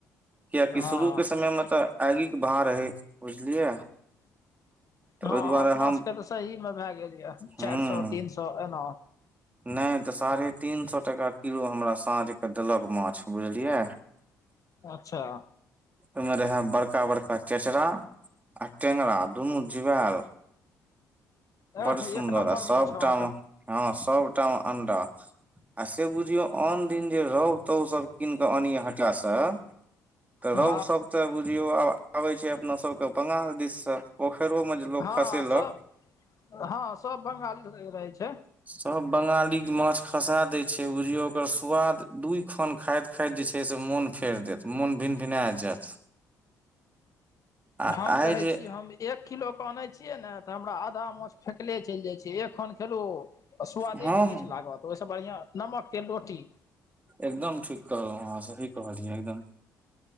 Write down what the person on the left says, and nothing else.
हँ
हँ
अपना
सभके तऽ सहीमे भए गेल यए
चारि सए तीन सए एना
अच्छा
एह
एक नम्बर
माछ अहाँके
हँ
हँ
सभ हँ सभ बंगाल ल रहै छै
हम
कहै
छी हम एक किलोके अनै छी छियै ने तऽ हमरा आधा माछ फेकले चलि जाइ छै एखन खेलहूँ स्वादे
नहि
किछु लागत तऽ ओहिसँ बढ़िआ नमक तेल रोटी